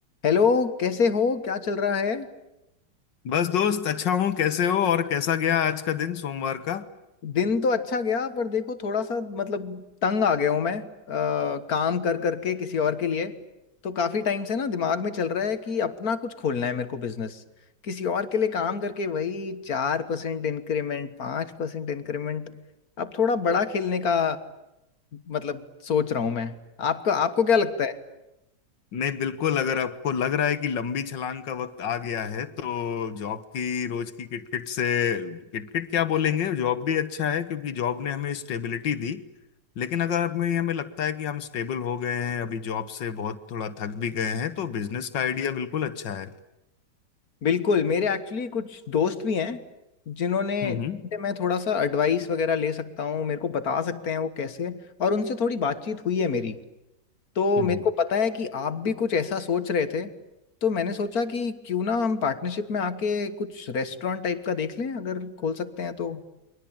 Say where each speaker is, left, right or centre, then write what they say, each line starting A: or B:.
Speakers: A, on the left; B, on the left.
A: Hello कैसे हो क्या चल रहा है
B: बस दोस्त अच्छा हूँ कैसे हो और कैसा गया आज का दिन सोमवार का
A: दिन तो अच्छा गया पर देखो थोड़ा सा मतलब तंग आ गया हूँ मैं अ, काम कर करके किसी और के लिए तो काफी टाइम से ना दिमाग में चल रहा है कि अपना कुछ खोलना है मेरे को बिजनेस किसी और के लिए काम करके वही चार परसेंट इंक्रीमेंट पाँच परसेंट इंक्रीमेंट अब थोड़ा बड़ा खेलने का मतलब सोच रहा हूँ मैं आपका आपको क्या लगता है
B: नहीं बिल्कुल अगर आपको लग रहा है कि लंबी छलांग का वक्त आ गया है तो जॉब की रोज की किटकिट से किटकिट क्या बोलेंगे जॉब भी अच्छा है क्योंकि जॉब ने हमें स्टेबिलिटी दी लेकिन अगर हमें हमें लगता है कि हम स्टेबल हो गए हैं अभी जॉब से बहुत थोड़ा थक भी गए हैं तो बिजनेस का आइडिया बिल्कुल अच्छा है
A: बिल्कुल मेरे एक्चुअली कुछ दोस्त भी हैं जिन्होंने
B: हम्म
A: जिनसे
B: हम्म
A: मैं थोड़ा सा एडवाइस वगैरह ले सकता हूँ मेरे को बता सकते हैं वो कैसे और उनसे थोड़ी बातचीत हुई है मेरी तो
B: हम्म
A: मेरे
B: हम्म।
A: को पता है कि आप भी कुछ ऐसा सोच रहे थे तो मैंने सोचा कि क्यों ना हम पार्टनरशिप में आके कुछ रेस्टोरेंट टाइप का देख लें अगर खोल सकते हैं तो